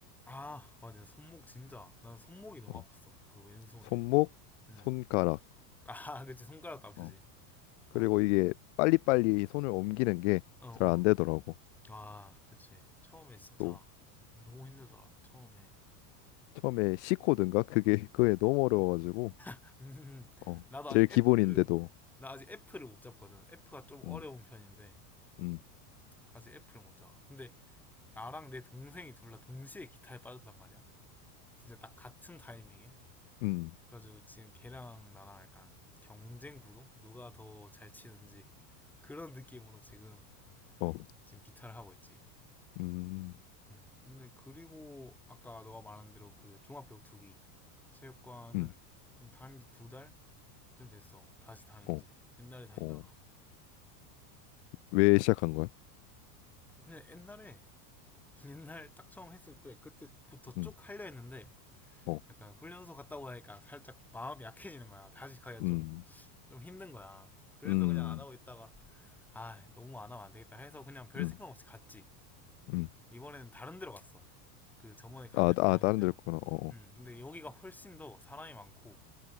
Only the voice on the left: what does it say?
어,
손목,
손가락.
어, 그리고
이게 빨리빨리 손을 옮기는 게
잘 안 되더라고.
또
처음에 C 코드인가? 그게, 그게 너무 어려워가지고.
어,
제일
기본인데도.
음,
음,
음,
어,
음,
음,
어,
어. 왜 시작한 거야?
음,
어,
음,
음,
음,
음.
아,
아,
다른
데를 구나 어, 어.